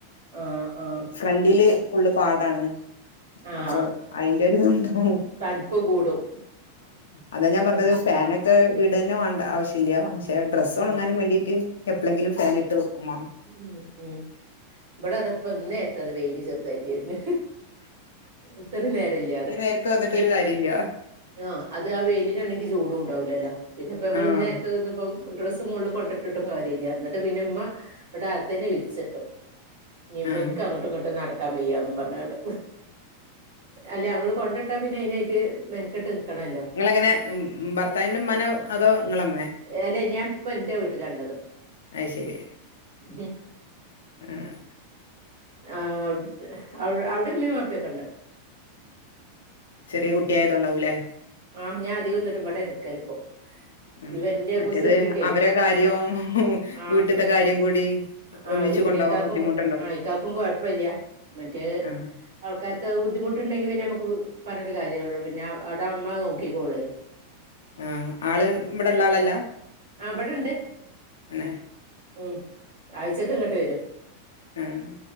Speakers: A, on the right (about 65°); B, on the left (about 65°).
A: ആഹ് ആഹ്
B: ഫ്രണ്ടില് ഫുള്ള് പാടാണ്
A: ആഹ്
B: അപ്പൊ അയിന്റെ ഒരു <unintelligible> ഉം
A: തണുപ്പ് കൂടും
B: അതാ ഞാൻ പറഞ്ഞത്
A: ഉം
B: ഫാനൊക്കെ ഇടന്ന വേണ്ട ആവശ്യല്ല ഡ്രസ്സ്
A: ഉം
B: ഒണങ്ങാനും വേണ്ടീറ്റ് എപ്പളെങ്കിലും ഫാൻ
A: ഉം
B: ഇട്ട് വെക്കും വേണം
A: ഉം ഉം ഇബടെ അതാ ഇപ്പൊ ഇന്നേരത്താ അതാ വെയില് ചെറുതായിട്ട് വെരുന്ന് ഇത്രയും നേരം ഇല്ലാതെ
B: ഈ നേരത്ത് വന്നിട്ട്
A: ഇനിപ്
B: ഒരു കാര്യല്ല
A: ആഹ് അത് ആ വെയിലിനാണെങ്കി ചൂടും ഇണ്ടാവില്ലല്ലോ പിന്നെ ഇപ്പോ നമ്മള്
B: ആഹ്
A: ഈ നേരത്ത് ഇന്നിപ്പം ഡ്രസ്സ് മോളില് കൊണ്ടട്ടിട്ടും കാര്യല്ല എന്നിട്ട് പിന്നെ ഉമ്മ ഇവിടെ ആത്തനെ വിരിച്ചിട്ട് ഇനിപ്പോ
B: ആഹ്
A: എനിക്ക് അങ്ങട്ടും ഇങ്ങട്ടും നടക്കാൻ വയ്യാന്നും പറഞ്ഞാണ്ട് അല്ലെ നമ്മള് കൊണ്ടിട്ടാ പിന്നെ അതിനായിട്ട് മെൻക്കെട്ട് നിൽക്കണല്ലോ
B: നിങ്ങളങ്ങനെ ഭർത്താവിന്റെ ഇമ്മാണോ അതോ നിങ്ങളമ്മേ
A: അല്ലെ ഞാൻ ഇപ്പോ എന്റെ വീട്ടിലാണുള്ളത്
B: ആയിശെരി
A: മ്മ്
B: ആഹ്
A: ആഹ് ആഹ് അവിടെ ഇമ്മേം വാപ്പേക്കൊണ്ട്
B: ചെറിയ കുട്ടിയായതോണ്ടാവും ലെ
A: ആഹ് ഞാൻ അതികോം എന്നിട്ട് ഇവിടെ നിക്കലിപ്പോ
B: ഉം
A: ഇവന്റെ
B: മറ്റെ
A: കുസൃതിക്കേ
B: അത് അവരെ കാര്യവും
A: ആഹ് ആഹ്
B: വീട്ടിത്തെ കാര്യം കൂടി
A: ആഹ്
B: ഒന്നിച്ച്
A: പിന്നെ
B: കൊണ്ടോവാൻ
A: ഇക്കാക്കും
B: ബുദ്ധിമുട്
A: ആഹ് ഇക്കാക്കും കൊഴപ്പില്ല്യ മറ്റേ
B: ആഹ്
A: ആൾക്കാർക്ക് ബുദ്ധിമുട് ട്ടുണ്ടെങ്കിൽ പിന്നെ നമുക്ക് പറഞ്ഞിട്ട് കാര്യം പിന്നെ അവിടെ ഇമ്മ നോക്കിക്കോള്
B: ആഹ് ആള് ഇവിടെ ഉള്ള ആളല്ല
A: ആഹ് ഇവിടെണ്ട്
B: ഏഹ്
A: ഉം ആഴ്ചക്ക് ഇങ്ങോട്ട് വരും
B: ആഹ്